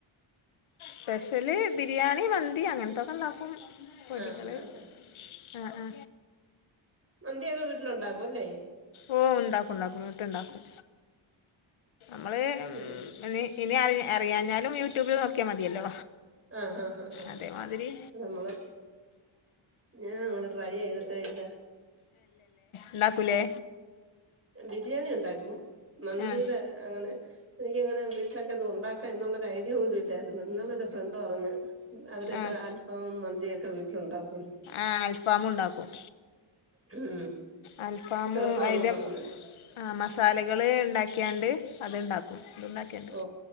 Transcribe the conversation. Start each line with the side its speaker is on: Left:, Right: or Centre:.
Left: സ്പെഷ്യല് ബിരിയാണി മന്തി അങ്ങൻത്തൊക്കെ ഇണ്ടാക്കും പൊരികൾ
Right: ആഹ് ഉണ്ടാക്കും
Left: ആ ആ
Right: മന്തിയൊക്കെ വീട്ടിൽ ഒണ്ടാക്കും അല്ലേ
Left: ഓ ഇണ്ടാക്കും ഇണ്ടാക്കും വീട്ട്‌ ഇണ്ടാക്കും നമ്മള്
Right: ആഹ്
Left: ഇനി ഇനി അറിയ അറിയാഞ്ഞാലും യൂട്യൂബിൽ നോ ഒക്കെ മതിയല്ലോ
Right: ആഹ് ആഹ് ആഹ് ആഹ്
Left: അതേമാതിരി
Right: നമ്മള് ഞാൻ അങ്ങനെ ട്രൈ ചെയ്തിട്ടേ ഇല്ല
Left: ഇണ്ടാക്കുലെ
Right: ബിരിയാണി ഉണ്ടാക്കും മന്തിടെ
Left: ആഹ്
Right: അങ്ങനെ എനിക്കങ്ങനെ വീട്ടിലൊക്കെ അത് ഉണ്ടാ ക്ക എന്നുള്ളൊരു ഐഡിയ പോലും ഇല്ലായിരുന്നു എന്നോടൊരു ഫ്രണ്ട് പറഞ്ഞ് അവരൊക്കെ
Left: ആഹ്
Right: അൽഫാമും മന്തിയൊക്കെ വീട്ടി ഉണ്ടാക്കും
Left: ആ അൽഫാമും ഇണ്ടാക്കും
Right: ഉം
Left: അൽഫാമും
Right: എളുപ്പമാന്നും
Left: അയിന്റെ
Right: പറഞ്ഞ്
Left: ആ മസാലിം നിങ്ങള് ഇണ്ടാക്കിയാണ്ട് അത് ഇണ്ടാക്കും ണ്ടുക്കിയണ്ട്
Right: ഓ